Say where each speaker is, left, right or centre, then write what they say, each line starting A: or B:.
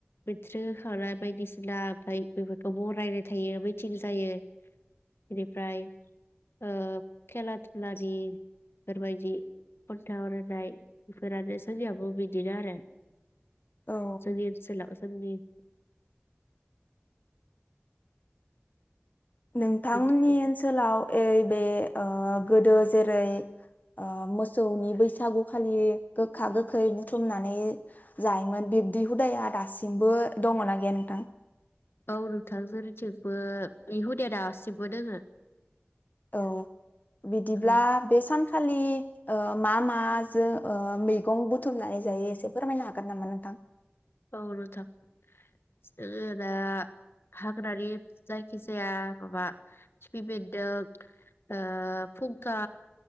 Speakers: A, on the left; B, on the left.
A: मेट्रिक होखांनाय बायदिसिना ओमफ्राय बेफोरखौ बरायनाय थायो मिथिं जायो बेनिफ्राय ओ खेला धुलानि बेफोरबायदि खन्थाइ आवरायनाय बेफोरानो जोंनियाबो बिदिनो आरो
B: औ
A: जोंनि ओनसोलाव जोंनि <inaudible>
B: नोंथांमोननि
A: औ
B: ओनसोलाव ओइ बे ओ गोदो जेरै ओ मोसौनि बैसागुखालि गोखा गोखै बुथुमनानै जायोमोन बिब्दि हुदाया दासिमबो दङना गैया नोंथां
A: औ नोंथां जोंनिथिंबो बे हुदाया दासिमबो दोङो
B: औ बिदिब्ला
A: औ
B: बे सान खालि ओ मा माजो मैगं बुथुमनानै जायो एसे फोरमायनो हागोन नामा नोंथां
A: औ नोंथां जोङो दा हाग्रानि जायखि जाया माबा खिफि बेन्दों ओ फुंखा